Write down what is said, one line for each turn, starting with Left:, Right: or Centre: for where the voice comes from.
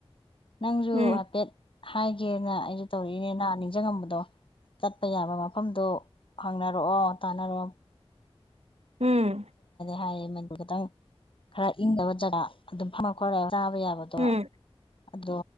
Left: ꯅꯪꯁꯨ
Right: ꯎꯝ
Left: ꯍꯥꯏꯐꯦꯠ ꯍꯥꯏꯒꯦꯅ ꯑꯩꯁꯨ ꯇꯧꯔꯛꯏꯅꯦ ꯅꯍ ꯅꯤꯡꯁꯤꯡꯉꯝꯕꯗꯣ ꯆꯠꯄ ꯌꯥꯕ ꯃꯐꯝꯗꯣ ꯍꯪꯅꯔꯛꯑꯣ ꯇꯥꯟꯅꯔꯑꯣ
Right: ꯎꯝ
Left: ꯍꯥꯏꯌꯦ ꯃꯅꯤꯄꯨꯔ ꯈꯤꯇꯪ ꯈꯔ ꯏꯪꯗꯕ ꯖꯒꯥ ꯑꯗꯨꯝ ꯐꯝꯉ ꯈꯔ ꯆꯥꯕ ꯌꯥꯕꯗꯣ
Right: ꯎꯝ
Left: ꯑꯗꯣ